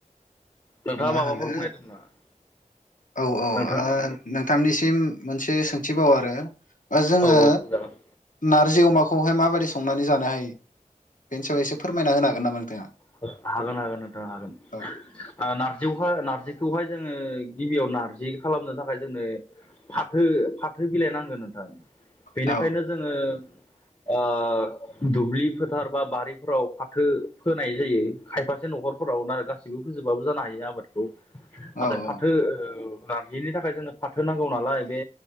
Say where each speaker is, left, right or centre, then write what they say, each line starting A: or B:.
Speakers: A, on the left; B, on the left.
A: नोंथाङा
B: मा
A: माबाफोर
B: होनो
A: बुंनायदोंमोन नामा
B: औ औ ओ
A: नोंथाङा मा
B: नोंथांनिसिम मोनसे सोंथिबाव आरो ओ जोङो
A: औ औ सोंजागोन
B: नारजि अमाखौहाय माबायदि संनानै जानो हायो बेनि सायाव एसे फोरमायना होनो हागोन नामा नोंथाङा
A: हो हागोन हागोन नोथां हागोन
B: औ
A: ओ नारजियावहा नारजिखौहाय जोङो गिबियाव नारजि खालामनो थाखाय जोंनो फाथो फाथो बिलाइ नांगोन नोंथां बेनिखायनो
B: औ
A: जोङो ओ दुब्लि फोथार बा बारिफोराव फाथो फो नाय जायो खायफासे न'खरफोराव ना गासिबो फोजोबाबो जानो हायो आबाद खौ नाथाय
B: औ
A: फाथो
B: औ
A: ओ नारजिनि थाखाय जोंनो फाथो नांगौ नालाय बे